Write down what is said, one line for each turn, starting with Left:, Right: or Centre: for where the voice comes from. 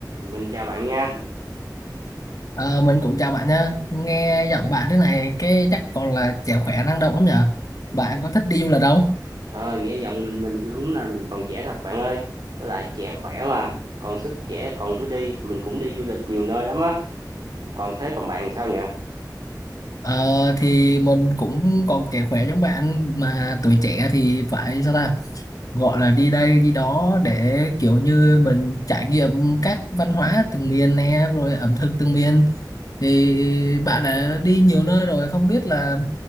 Right: Mình chào bạn nha.
Left: Ờ, mình cũng chào bạn nha. Nghe giọng bạn thế này cái chắc còn là trẻ khỏe năng động lắm nhở. Bạn có thích đi du lịch không?
Right: Ờ, nghe giọng mình mình đúng là mình còn trẻ thật bạn ơi. Với lại trẻ khỏe mà, còn sức trẻ còn cứ đi, mình cũng đi du lịch nhiều nơi lắm á. Còn thế còn bạn sao nhỉ?
Left: Ờ, thì mình cũng còn trẻ khỏe giống bạn mà tuổi trẻ thì phải sao ta? gọi là đi đây đi đó để kiểu như mình trải nghiệm các văn hóa từng miền nè rồi ẩm thực từng miền thì bạn đã đi nhiều nơi rồi không biết là